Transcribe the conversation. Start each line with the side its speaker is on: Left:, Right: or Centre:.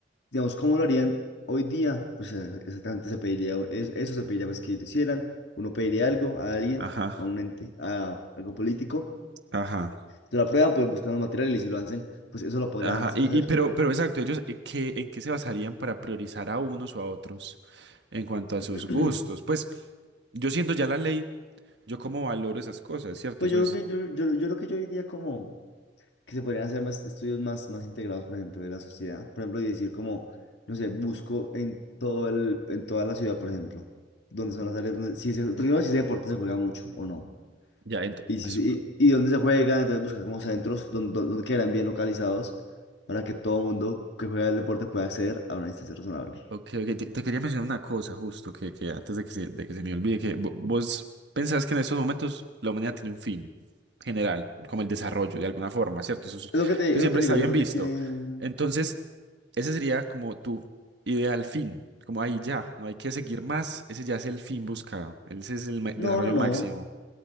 Left: digamos, ¿cómo lo harían hoy día? Pues eh, exactamente se pediría, es- eso se pediría pues, que lo hicieran. Uno pediría algo a alguien,
Right: ajá,
Left: a un ente, a algo político.
Right: ajá.
Left: Se la prueban, pues buscan los materiales y si lo hacen, pues eso lo podrán
Right: Ajá,
Left: hacer.
Right: y, y pero, pero exacto, ellos eh, ¿qué, en qué se basarían para priorizar a unos o a otros en cuanto a
Left: <clears throat>
Right: sus gustos? Pues yo siento ya la ley, yo cómo valoro esas cosas, ¿cierto?
Left: Pues
Right: Eso
Left: yo
Right: es
Left: creo que yo, yo, yo creo que yo diría como que se podrían hacer más estudios más, más integrados, por ejemplo, de la sociedad. Por ejemplo, y decir como, no sé, busco en todo el, en toda la ciudad, por ejemplo, donde
Right: Ujú.
Left: son las áreas donde, si ese, primero si ese deporte se juega mucho o no
Right: ya ent-
Left: Y, si,
Right: pues,
Left: se- y, y dónde se juega, entonces buscar como centros donde, donde quedarán bien localizados para que todo mundo que juega el deporte pueda acceder a una distancia razonable.
Right: Ok, ok, Te, te quería mencionar una cosa justo, que, que antes de que se, de que se me olvide, que vo- vos pensás que en estos momentos la humanidad tiene un fin general, como el desarrollo de alguna forma, ¿cierto? Eso, es-
Left: Es lo que te,
Right: eso
Left: es
Right: siempre
Left: lo que te
Right: está
Left: digo,
Right: bien
Left: yo creo
Right: visto.
Left: que tiene...
Right: Entonces, ese sería como tu ideal fin, como ahí ya, no hay que seguir más, ese ya es el fin buscado, ese es el ma- desarrollo
Left: No, no, no.
Right: máximo.